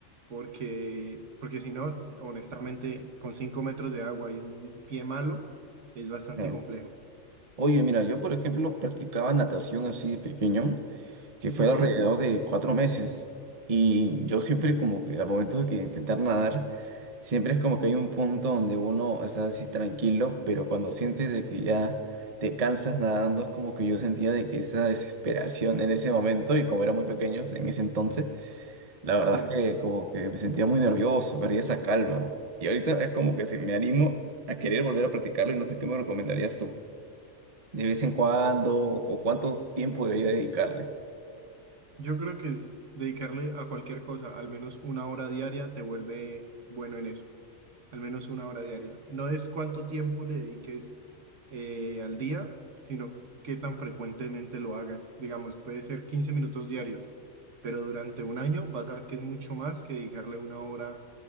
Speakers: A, on the right; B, on the right.
A: porque, porque si no, honestamente, con 5 metros de agua y un pie malo, es bastante
B: Ah.
A: complejo.
B: Oye, mira, yo por ejemplo practicaba natación así de pequeño, que fue
A: Ujú,
B: alrededor de cuatro meses. Y yo siempre como que al momento de que intentar nadar, Siempre es como que hay un punto donde uno está así tranquilo, pero cuando sientes de que ya te cansas nadando, es como que yo sentía de que esa desesperación en ese momento, y como era muy pequeños en ese entonces, la verdad
A: Sí,
B: es que como que me sentía muy nervioso, perdía esa calma. Y ahorita es como que se me animo a querer volver a practicarlo y no sé qué me recomendarías tú. De vez en cuando, o o cuánto tiempo debería dedicarle.
A: yo creo que es dedicarle a cualquier cosa, al menos una hora diaria, te vuelve bueno en eso. al menos una hora diaria. No es cuánto tiempo le dediques eh, al día, sino qué tan frecuentemente lo hagas. Digamos, puede ser 15 minutos diarios, pero durante un año vas a ver que es mucho más que dedicarle una hora